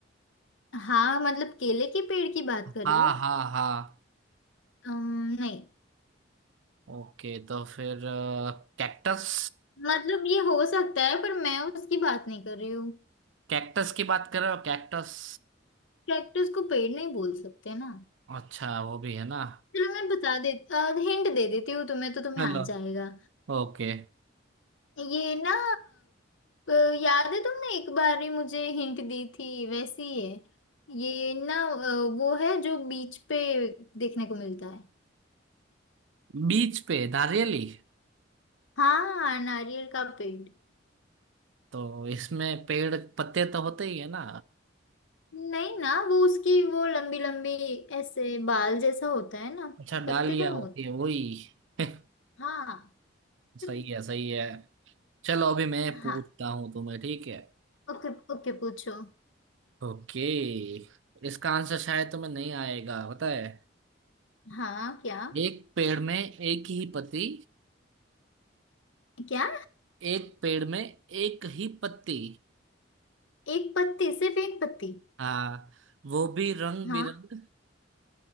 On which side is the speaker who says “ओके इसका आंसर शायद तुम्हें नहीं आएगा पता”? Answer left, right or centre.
Right